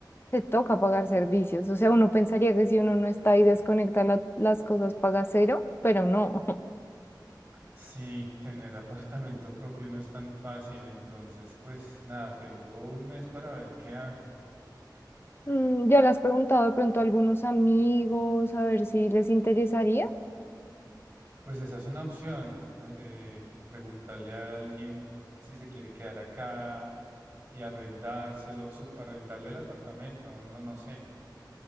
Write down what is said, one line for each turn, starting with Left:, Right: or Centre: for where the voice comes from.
Left: te toca pagar servicios. O sea, uno pensaría que si uno no está y desconecta la- las cosas, paga cero, pero no. <laughs>
Right: Sí, tener apartamento propio no es tan fácil, entonces pues nada, tengo un mes para ver qué hago.
Left: Mm, ya le has preguntado de pronto a algunos amigos a ver si les interesaría.
Right: Pues esa es una opción, eh, eh, preguntarle a alguien si se quiere quedar acá y arrendárselo, subarrendarle el apartamento, no, no sé.